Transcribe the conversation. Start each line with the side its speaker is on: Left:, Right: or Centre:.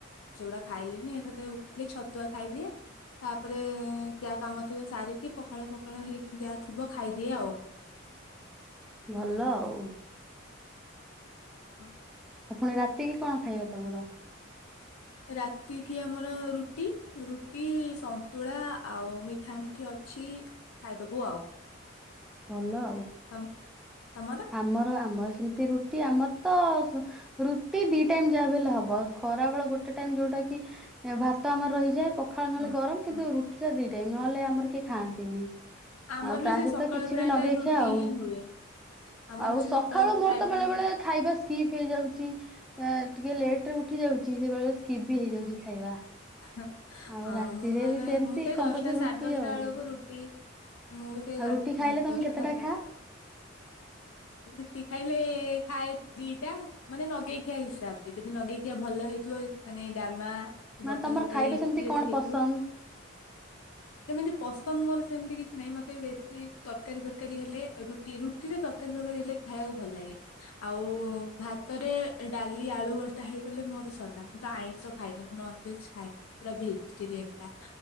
Left: ସେଗୁଡା ଖାଇଲିନି ଏକାଥରେ ଉଠିଲେ ଛତୁଆ ଖାଇଦିଏ। ତାପରେ ଯାହା କାମ ଥିବ ସାରିକି ପଖାଳ ଫଖାଳ ହେଇକି ଯାହା ଥିବ ଖାଇଦିଏ ଆଉ।
Centre: ଭଲ ଆଉ
Left: ହଁ
Centre: ଫୁଣି ରାତି କିି କଣ ଖାଇବ ତମର?
Left: ରାତି କିି ଆମର ରୁଟି ରୁଟି, ସନ୍ତୁଳା, ଆଉ ମିଠା ମିଠି ଅଛି। ଖାଇଦବୁ ଆଉ‌।
Centre: ଭଲ ଆଉ।
Left: ତମ୍ ତମର?
Centre: ଆମର ଆମର ସେମିତି ରୁଟି ଆମର ତ ସୁ ରୁଟି ଦି ଟାଇମ୍ ଯାହା ବିହେଲେ ହବ ଖରା ବେଳ ଗୋଟେ ଟାଇମ୍ ଯୋଉଟା କି ଉଁ ଭାତ ଆମର ରହିଯାଏ। ପଖାଳ ନହେଲେ
Left: ହଁ
Centre: ଗରମ୍ କିନ୍ତୁ
Left: ହଁ
Centre: ରୁଟି ଟା ଦୁଇ ଟାଇମ୍ ନହେଲେ ଆମର କେହି ଖାଆନ୍ତିନି।
Left: ଆମର
Centre: ଆଉ
Left: ବି
Centre: ତା
Left: ସେ
Centre: ସହିତ
Left: ସକାଳେ
Centre: କିଛି
Left: ପ୍ରାୟ
Centre: ବି ନଗେଇଖିଆ
Left: ଟାଇମ ରୁଟି
Centre: ଆଉ।
Left: ହିଁ ହୁଏ ଆମର
Centre: ଆଉ
Left: ବି
Centre: ସଖାଳୁ
Left: ସେ ସକାଳେ
Centre: ମୋର୍
Left: ପ୍ରାୟ
Centre: ତ
Left: ଟାଇମ
Centre: ବେଳେ ବେଳେ
Left: ରୁଟି
Centre: ଖାଇବା ସ୍କିପ୍ ହେଇଯାଉଛି ଏଁ ଟିକେ ଲେଟ୍ ରେ ଉଠି ଯାଉଛି ବେଳେବେଳେ ସ୍କିପ୍ ବି ହେଇଯାଉଛି
Left: ହୁଁ
Centre: ଖାଇବା।
Left: ହଁ
Centre: ଆଉ
Left: ଅଁ
Centre: ରାତିରେ
Left: ମୁଁ ନନେ
Centre: ବି ସେମିତି
Left: ମୁଁ ସେଇ
Centre: କମ୍ପଲସରୀ
Left: ଦଶଟା ସାଢେ
Centre: ରୁଟି
Left: ଦଶଟା
Centre: ଆଉ।
Left: ବେଳକୁ ରୁଟି ମୁଁ ଭି ସେଇ
Centre: ଆଉ
Left: ଦଶଟା
Centre: ରୁଟି ଖାଇଲେ
Left: ଏଁ-
Centre: ତମେ
Left: ଦଶଟା
Centre: କେତେଟା
Left: ସାଢ଼େ
Centre: ଖାଅ?
Left: ଦଶ୍ ଟା। ରୁଟି ଖାଇଲେ ଖାଏ ଦିଟା ମାନେ ନଗେଇ ଖିଆ ହିସାବରେ ଯଦି ନଗେଇ ଇଏ ଭଲ ହେଇଥିବ ମାନେ ଡାଲ୍ମା କି
Centre: ମାନେ
Left: ମଟର
Centre: ତମର
Left: ତରକାରୀ
Centre: ଖାଇବା
Left: ଏମିତି
Centre: ସେମିତି
Left: ଯଦି
Centre: କଣ
Left: ହେଇଥିବ।
Centre: ପସନ୍ଦ?
Left: <inaudible> ସେମିତି ପସନ୍ଦ୍ ମୋର ସେମିତି କିଛି ନାହିଁ ମତେ ବେଶୀ ତରକାରୀ ଫରକାରୀ ହେଲେ ରୁଟି ରୁଟ୍ ରୁଟିରେ ତରକାରୀ ଫରକାରୀ ହେଲେ ଖାଇବାକୁ ଭଲ ଲାଗେ। ଆଉ ଭାତରେ ଡାଲି ଆଳୁ ଭର୍ତା ହେଇଗଲେ ମୋର ସରିଲା ମୁ ଆଇଁଷ ଖାଇନି ମୁଁ ନନ୍ ଭେଜ ଖାଇନି ପୁରା ଭେଜିଟେରିଏନ୍ ଟା